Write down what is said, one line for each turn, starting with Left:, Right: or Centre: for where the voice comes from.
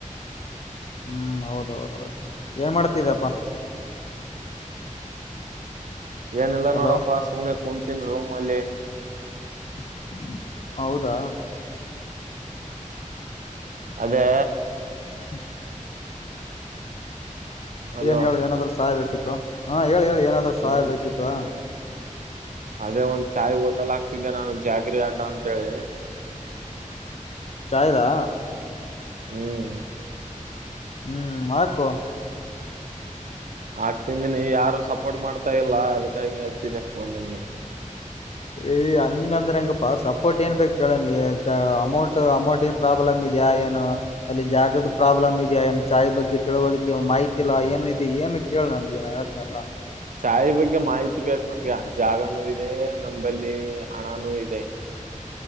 Left: ಹ್ಮ್ ಹೌದೌದೌದು ಏನ್ ಮಾಡ್ತಿದಪ್ಪಾ
Right: ಏನೆಲ್ಲಾ
Left: ಹಲೋ
Right: ನೋಡಪ್ಪಾ ಸುಣ ಕುೂಂತನ್ ರೂಮ್ಲ್ಲಿ
Left: ಹ ಹೌದಾ
Right: ಅದೇ
Left: ಹ್ಮ
Right: ಅಲೋ
Left: ಏನ್ ಹೇಳು ಏನಾದ್ರು ಸಹಾಯ ಬೇಕಿತ್ತು ಹಾ ಹೇಳಿ ಹೇಳಿ ಏನಾದ್ರು ಸಹಾಯ
Right: ಏನ್
Left: ಬೇಕಿತ್ತುವ
Right: ಅದೇ ಒಂದ್ ಚಾಯ್ ಹೋಟೆಲ್ ಆಕ್ತಿದ್ದೆ ನಾನು ಜಾಗ್ರ ಅಡ್ಡ ಅಂತೇಳಿ
Left: ಚಾಹದಾ
Right: ಹ್ಮ್
Left: ಹ್ಮ್ ಹಾಕು
Right: ಆಗ್ತಿಂದನಿ ಯಾರು ಸಪೋರ್ಟ್ ಮಾಡ್ತಾ ಇಲ್ಲ ಅದ್ಕ್ಕಾಗಿ ಹಚ್ಚಿದೆ ಫೋನ್ ನನ್ಗೆ
Left: ಏಯ್ ಹಂಗ ಅಂದ್ರ ಹಂಗಪ್ಪಾ ಸಪೋರ್ಟ್ ಏನ್ ಬೇಕಕ್ ಕೇಳೋ ನೀ ಅಮೌಂಟ್ ಅಮೌಂಟ್ ಏನ್ ಪ್ರಾಬ್ಲಮ್ ಇದ್ಯಾಾ ಏನು ಅಲ್ಲಿ ಜಾಗದ ಪ್ರಾಬ್ಲಮ್ ಇದೆಯಾ ಏನು ಚಾಯ್ ಬಗ್ಗೆ ತಿಳುವಳಿಕೆ ಮಾಹಿತಿ ಇಲ್ಲ ಏನ್ ಏನ್ ನು ಕೇಳು ನನಗೆ ನಾನು ಹೇಳ್ತೇನೆಲ್ಲ
Right: ಚಾಯೆ ಬಗ್ಗೆ ಮಾಹಿತಿ ಬೇಕು ನನ್ಗೆ ಜಾಗನೂ ಇದೆ ನನ್ನ ಬಲ್ಲಿ ಹಣನೂ ಇದೆ